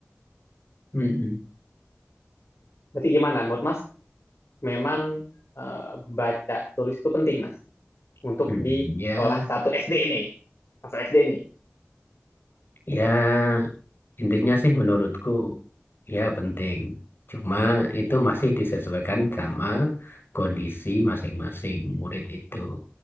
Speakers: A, on the left; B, on the left.
A: Hmm, hmm,
B: Berarti gimana menurut Mas? Memang eh, baca tulis itu penting Mas untuk
A: hmm,
B: di
A: ya,
B: kelas 1 SD nih. Masuk SD nih.
A: ya intinya sih menurutku ya penting. Cuma itu masih disesuaikan sama kondisi masing-masing murid itu.